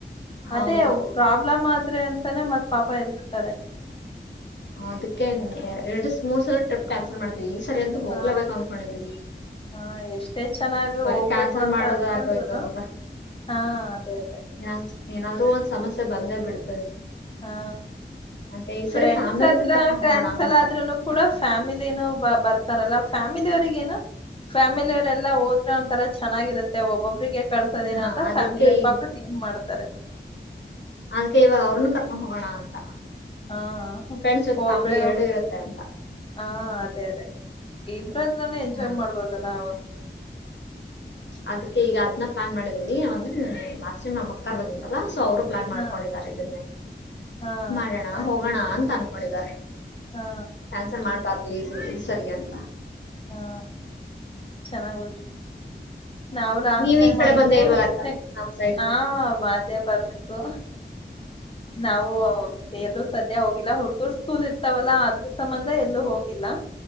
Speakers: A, on the left; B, on the left.
A: ಹೌದು
B: ಅದೇ ಪ್ರಾಬ್ಲಮ್ ಆದ್ರೆ ಅಂತಾನೇ ಮತ್ ಪಾಪ ಇರ್ತಾರೆ
A: ಅದ್ಕ್ಕೆ ಎರಡ್ ಮೂರ್ ಸಲ ಟ್ರಿಪ್ ಕ್ಯಾನ್ಸಲ್ ಮಾಡಿದ ಈ ಸರಿ ಅಂತೂ ಹೋಗಲೇಬೇಕು
B: ಹಾ
A: ಅನ್ಕೊಂಡಿದ್ವಿ
B: ಹಾ ಎಷ್ಟೇ ಚೆನ್ನಾಗಿ
A: ಬರಿ
B: ಹೋಗ್ಬೇಕು
A: ಕ್ಯಾನ್ಸಲ್
B: ಅಂತ
A: ಮಾಡೋದು
B: ಅನ್ಕೊಂಡ್ರುನು
A: ಆಗೋಯ್ತು ಅಂತ
B: ಹಾ ಅದೇ ಅದೇ
A: ಏ ಏನಾದ್ರರು ಒಂದ್ ಸಮಸ್ಯೆ ಬಂದೇ ಬಿಡ್ತದೆ
B: ಹಾ
A: ಅದ್ಕೆ ಈ ಸರಿ
B: ಫ್ರೆಂಡ್ಸ್
A: ಫ್ಯಾಮಿಲಿನ
B: ಹತ್ರ
A: ಕರ್ಕೊಂಡ್
B: ಕ್ಯಾನ್ಸಲ್
A: ಹೋಗೋಣ ಅಂತ
B: ಆದ್ನು ಕೂಡ ಫ್ಯಾಮಿಲಿನೂ ಬರ್ತಾರಲ್ಲ ಫ್ಯಾಮಿಲಿಯ ಅವರಿಗೇನು ಫ್ಯಾಮಿಲವರೆಲ್ಲ ಓದ್ರೆ ಒಂಂತರ ಚೆನ್ನಾಗಿರುತ್ತೆ ಒಬ್ಬೊಬ್ಬ್ರಿಗೆ ಕಳಸೋದೇನ
A: ಹಾ
B: ಅಂತ
A: ಅದಕ್ಕೆ
B: ಫ್ಯಾಮಿಲಿ ಎಲ್ಲಿ
A: ಈ
B: ಪಾಪ ತಿಂಂಗಕ್ ಮಾಡ್ತಾರೆ
A: ಅದ್ಕ್ಕೆ ಇವಾಗ ಅವ್ರನ್ನ ಕರ್ಕೊಂಡ್ ಹೋಗೋಣ ಅಂತ
B: ಹಾ ಹಬಳೋ
A: ಫ್ರೆಂಡ್ಸ್ ವಿತ್ ಫ್ಯಾಮಿಲಿ ಎರಡು ಇರುತ್ತೆ ಅಂತ
B: ಹಾ ಅದೇ ಅದೇ ಇಬ್ರತ್ರ್ರನೆೇ ಎಂಜಾಯ್
A: ಹಾ
B: ಮಾಡ್ಬೋದಲ್ಲ ಅವಾಗ
A: ಅದ್ ಈಗ ಅದನ್ನ ಪ್ಲಾನ್ ಮಾಡಿದೀವಿ ಅಂದ್ರೆ ಲಾಸ್ಟ್ ಟಮ್ ನಮ್ಮ ಅಕ್ಕಾರ್ ಬಂದಲ್ಲಾ ಸೊ ಅವರು ಪ್ಲಾನ್ ಮಾಡ್ಕೊಂಡಿದ್ದಾರೆ
B: ಹಾ
A: ಇದನ್ನೇ
B: ಹಾ
A: ಮಾಡೋಣ
B: ಅದ್
A: ಹೋಗೋಣ ಅಂತ ಅನ್ಕೊಂಡಿದ್ದಾರೆ
B: ಹಾ
A: ಕ್ಯಾನ್ಸಲ್ ಮಾಡಬಾ್ದು ಇ ಇ ಸರಿ ಅಂತ
B: ಹಾ ಚೆನ್ನಾಗ್ ಬಿಡರಿ ನಾವು ಲಾಸ್ತಮ
A: ನೀವ್ ಈ ಕಡೆ ಬಂದೇ
B: ಇಲ್ಲೇ
A: ಇಲ್ವಲ್ಲ
B: ಊಷೆ
A: ಅಕ್ಕ ನಮ್ ಸೈಡ್
B: ಹಾ ವಾದೇ ಬರ್ಬೇಕು ನಾವು ಎಲ್ಲೂ ಸದ್ಯ ಹೋಗ ಹುಡುಗರ್ ಸ್ಕೂಲ್ ಇರ್ತಾವಲ್ಲಾ ಅದ್ರ ಸಂಬಂಧ ಎಲ್ಲೂ ಹೋಗಿಲ್ಲ